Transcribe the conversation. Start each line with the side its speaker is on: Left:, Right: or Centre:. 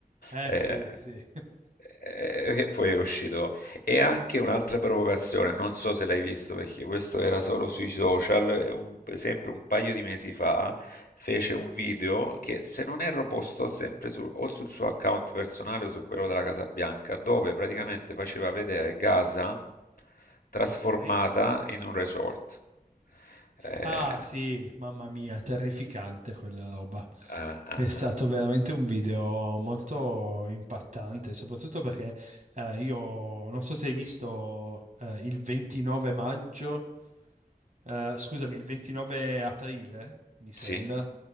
Right: Eh
Left: Eh,
Right: sì, sì.
Left: eh, E poi è uscito e anche un'altra provocazione, non so se l'hai visto perché questo era solo sui social, eh, un- sempre un paio di mesi fa, fece un video che se non erro postò sempre su- o sul suo account personale o su quello della Casa Bianca, dove praticamente faceva vedere Gaza trasformata
Right: Ok.
Left: in un resort. Eh,
Right: Ah, sì, mamma mia, terrificante quella roba.
Left: ah,
Right: È
Left: ah,
Right: stato
Left: ah,
Right: veramente un video molto impattante, soprattutto perché eh, io non so se hai visto eh, il 29 maggio. eh, scusami, il 29 aprile, mi sembra,
Left: sì,